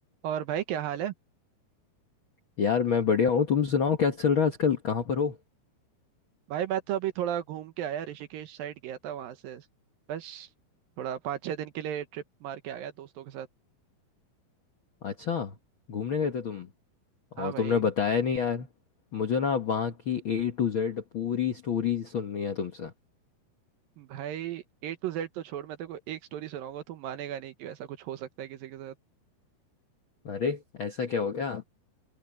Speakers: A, on the right (about 70°); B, on the left (about 60°).
A: और भाई क्या हाल है
B: यार मैं बढ़िया हूँ तुम सुनाओ क्या चल रहा है आजकल कहाँ पर हो
A: भाई मैं तो अभी थोड़ा घूम के आया ऋषिकेश साइड गया था वहां से बस थोड़ा पाँच छः दिन के लिए ट्रिप मार के आया दोस्तों के साथ
B: अच्छा घूमने गए
A: हम्म,
B: थे तुम
A: हाँ
B: और
A: भाई
B: तुमने बताया नहीं यार मुझे ना वहाँ की ए टू जेड पूरी स्टोरी सुननी है तुमसे
A: भाई ए टू जेड तो छोड़ मैं तेरे को एक स्टोरी सुनाऊंगा तू मानेगा नहीं कि ऐसा कुछ हो सकता है किसी के साथ
B: अरे ऐसा क्या हो गया